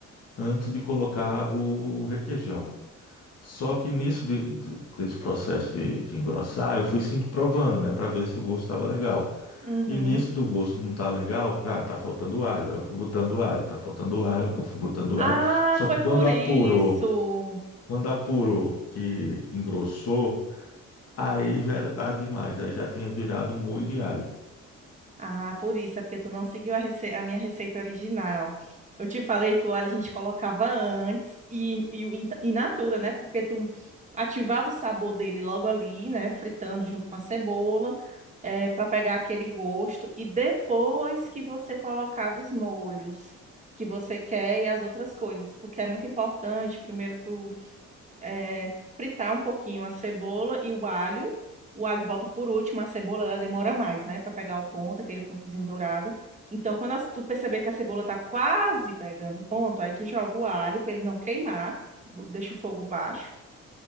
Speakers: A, on the left (about 55°); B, on the right (about 25°).
A: antes de colocar o requeijão. Só que nisso de- de- desse processo de, de engrossar, eu fui sim provando, né, para ver se o gosto estava legal.
B: Uhum.
A: E nisso do gosto não tá legal, cara, tá faltando alho. Aí eu fui botando alho, tá faltando alho, não fui botando
B: Ah,
A: alho. Só
B: foi
A: que quando
B: por
A: apurou,
B: isso.
A: quando apurou que engrossou, aí já era tarde demais, aí já tinha virado um molho de alho.
B: Ah, por isso, é porque tu não seguiu a, rece- a minha receita original. Eu te falei que o alho a gente colocava antes e, e o in, in natura, né? Porque tu ativava o sabor dele logo ali, né? Fritando junto com a cebola, é, para pegar aquele gosto. E depois que você colocava os molhos que você quer e as outras coisas, porque é muito importante. Primeiro tu é, fritar um pouquinho a cebola e o alho. O alho bota por último, a cebola ela demora mais, né, para pegar o ponto, aquele pontozinho dourado. Então, quando as- tu perceber que a cebola tá quase pegando o ponto, aí tu joga o alho para ele não queimar, bo- deixa o fogo baixo.